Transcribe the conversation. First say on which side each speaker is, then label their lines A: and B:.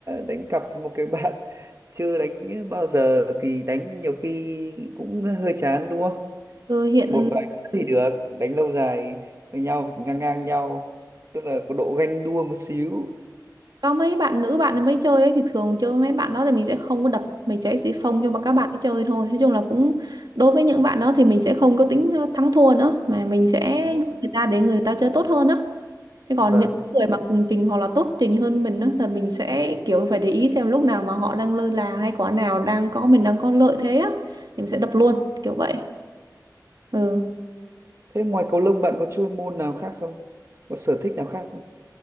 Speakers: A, on the right; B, on the right.
A: đánh cặp với một cái <laughs> bạn chưa đánh bao giờ thì đánh nhiều khi cũng hơi chán đúng không
B: ừ, hiện
A: một vài cái thì được đánh lâu dài với nhau ngang ngang nhau tức là có độ ganh đua một xíu
B: có mấy bạn nữ bạn mới chơi ấy, thì thường chơi với mấy bạn đó thì mình sẽ không có đập mình sẽ chỉ phông cho mà các bạn ấy chơi thôi nói chung là cũng đối với những bạn đó thì mình sẽ không có tính ờ, thắng thua nữa mà mình sẽ
A: Đúng rồi.
B: nhắc người ta để người ta chơi tốt hơn á thế còn
A: vâng
B: những người mà cùng trình hoặc là tốt trình hơn mình á thì mình sẽ kiểu phải để ý xem lúc nào mà họ đang lơ là hay quả nào đang có mình đang có lợi thế á thì mình sẽ đập luôn kiểu vậy ừ
A: thế ngoài cầu lông bạn có chơi môn nào khác không có sở thích nào khác không